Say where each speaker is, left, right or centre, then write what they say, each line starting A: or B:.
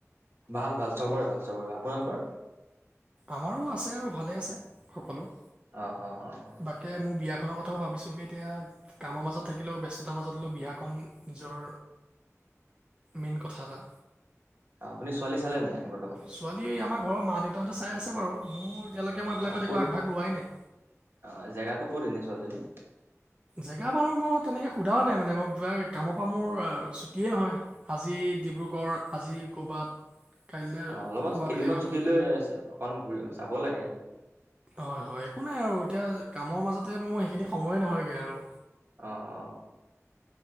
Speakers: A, on the right (about 45°); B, on the right (about 20°).
A: ভাল ভাল চবৰে ভাল চবৰে আপোনালোকৰ
B: আমাৰো আছে আৰু ভালে আছে সকলো
A: অঁ অঁ অঁ অ
B: বাকী মোৰ বিয়াখনৰ কথাও ভাবিছো কি এতিয়া কামৰ মাজত থাকিলেও ব্যস্ততাৰ মাজত থাকিলেও বিয়াখনন নিজৰ মেণ কথা এতা
A: অ আপুনি ছোৱালী চালে ন নাই বৰ্তমান
B: ছোৱালী আমাৰ ঘৰৰ মা দেউতাহঁত চাই আছে বাৰু মোৰ এতিয়ালৈকে মই এইবিলাকত
A: অ ক'ত
B: একো আগভাগ লোৱাই নাই
A: অ জেগাটো ক'ত এনি ছোৱালীজনী
B: জেগা বাৰু মই তেনেকে সোধাও নাই মানে মই কামৰ পৰা মোৰ ছুটিয়ে নহয় আজি ডিব্ৰু় ডিব্ৰুগড়ৰ আজি ক'ৰবাত কাইলৈ
A: অ অলপমান
B: ক'ৰবাত
A: কেইদিনমান
B: বেলেগত
A: ছুটি লৈ অকন ঘূৰি চাব লাগে
B: হয় হয় একো নাই আৰু এতিয়া কামৰ মাজতে মোৰ সেইখিনি সময়ে নহয়গে আৰু
A: অ অ অ